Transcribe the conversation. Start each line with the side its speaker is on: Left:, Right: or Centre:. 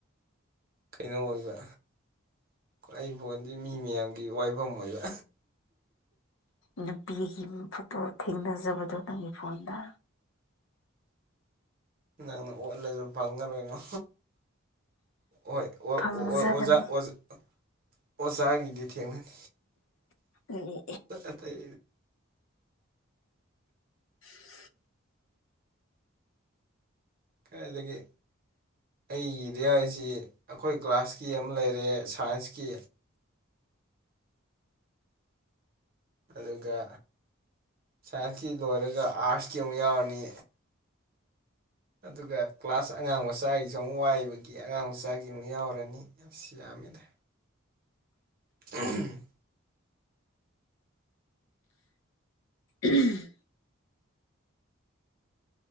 Right: ꯀꯩꯅꯣ ꯑꯣꯏꯕ ꯑꯩ ꯐꯣꯟꯗꯤ ꯃꯤ ꯃꯌꯥꯝꯒꯤ ꯋꯥꯏꯕꯝ ꯑꯣꯏꯕ
Left: ꯅꯨꯄꯤꯒꯤ ꯐꯣꯇꯣ ꯊꯦꯡꯅꯖꯕꯗꯣ ꯅꯪꯒꯤ ꯐꯣꯟꯗ
Right: ꯅꯪꯅ ꯑꯣꯠꯂꯖꯨ ꯐꯪꯉꯔꯣꯏꯉꯣ ꯑꯣ ꯑꯣ
Left: ꯐꯪꯖꯒꯅꯤ
Right: ꯑꯣꯖꯥ ꯑꯣꯖꯥ ꯑꯣꯖꯥꯒꯤꯗꯤ ꯊꯦꯡꯅꯅꯤ
Left: ꯑꯦ
Right: ꯑꯇꯩ
Left: <unintelligible>
Right: ꯀꯥꯏꯗꯒꯤ ꯑꯩꯒꯤꯗꯤ ꯌꯥꯎꯁꯤ ꯑꯩꯈꯣꯏ ꯀ꯭ꯂꯥꯁꯀꯤ ꯑꯃ ꯂꯩꯔꯦ ꯁꯥꯏꯟꯁꯀꯤ ꯑꯗꯨꯒ ꯁꯥꯏꯟꯁꯀꯤ ꯂꯣꯏꯔꯒ ꯑꯥꯔꯠꯁꯀꯤ ꯑꯃꯨꯛ ꯌꯥꯎꯔꯅꯤ ꯑꯗꯨꯒ ꯀ꯭ꯂꯥꯁ ꯑꯉꯥꯡ ꯃꯆꯥꯒꯤꯁꯨ ꯑꯃꯨꯛ ꯋꯥꯏꯕꯒꯤ ꯑꯉꯥꯡ ꯃꯆꯥꯒꯤ ꯑꯃꯨꯛ ꯌꯥꯎꯔꯅꯤ ꯁꯤ ꯌꯥꯝꯃꯤꯗ <unintelligible>
Left: <unintelligible>